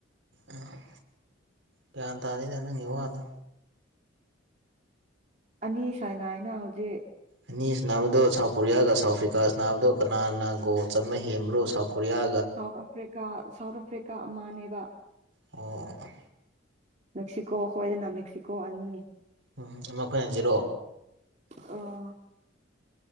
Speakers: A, on the right (about 65°); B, on the right (about 35°).
A: ꯎꯝ ꯒ꯭ꯌꯥꯟ ꯇꯥꯗꯦꯗ ꯅꯪꯒꯤ ꯋꯥꯗꯣ
B: ꯑꯅꯤ ꯁꯥꯅꯩꯅ ꯍꯧꯖꯤꯛ
A: ꯑꯅꯤ ꯁꯥꯟꯅꯕꯗꯣ ꯁꯥꯎꯠ ꯀꯣꯔꯤꯌꯥꯒ ꯁꯥꯎ ꯑꯐ꯭ꯔꯤꯀꯥꯒ ꯁꯥꯅꯥꯕꯗꯣ ꯀꯅꯥꯅ ꯒꯣꯜ ꯆꯟꯕ ꯍꯦꯟꯕ꯭ꯔꯣ South Korea
B: South Africa South Africa ꯑꯃꯅꯦꯕ
A: ꯑꯣ ꯑꯣ
B: ꯃꯦꯛꯁꯤꯀꯣ ꯍꯣꯏꯗ ꯅ ꯃꯦꯛꯁꯤꯀꯣ ꯑꯅꯤ
A: ꯎꯝ ꯃꯈꯣꯏꯅꯥ ꯖꯤꯔꯣ
B: ꯑꯣ